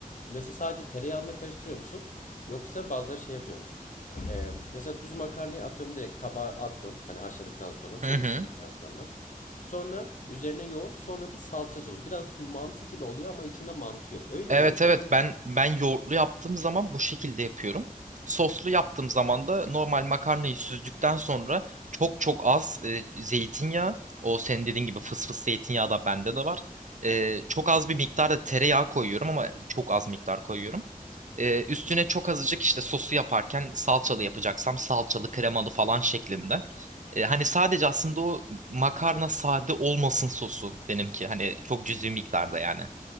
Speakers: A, on the left; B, on the right.
A: mesela sadece tereyağında karıştırıyor musun? Yoksa bazıları şey yapıyormuş. Ee, mesela düz makarnayı atıyorum direkt tabağa attın. Hani haşladıktan sonra suyunu
B: Hı hı.
A: süzdükten sonra. Sonra üzerine yoğurt, sonra bir salça sosu. Birazcık mantı gibi oluyor ama içinde mantı yok. Öyle
B: Evet
A: mi yapıyorsun?
B: evet ben ben yoğurtlu yaptığım zaman bu şekilde yapıyorum. Soslu yaptığım zaman da normal makarnayı süzdükten sonra çok çok az e, zeytinyağı o senin dediğin gibi fıs fıs zeytinyağı da bende de var. E,
A: Hı hı.
B: çok az bir miktarda tereyağı koyuyorum ama çok az miktar koyuyorum. E, üstüne çok azıcık işte sosu yaparken salçalı yapacaksam salçalı kremalı falan şeklinde. E, hani sadece aslında o makarna sade olmasın sosu benimki. Hani çok cüzi miktarda yani.